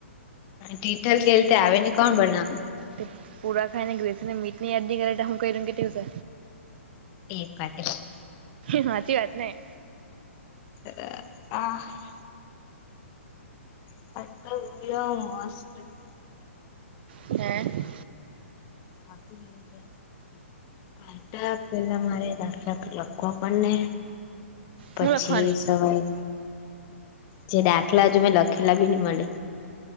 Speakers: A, on the left (about 35°); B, on the right (about 50°).
A: તીઠલ કેલતે આવે ને કોણ બનાવ.
B: તે પૂરા ખાઈ ને ગ્રેસી ને મીઠ, ની યાદદી કરે ટ હું કું કે દિવસે.
A: એક પા. <unintelligible>
B: સાચી વાત ને.
A: હ. અ ઉ મસ્ત.
B: હમ.
A: બાફી છે. આટા પેલા મારે રાક લખવા પણને. પછી
B: હું લખવાની
A: સવાય જે દાખલા જ મેં લખેલા બી ન મળે.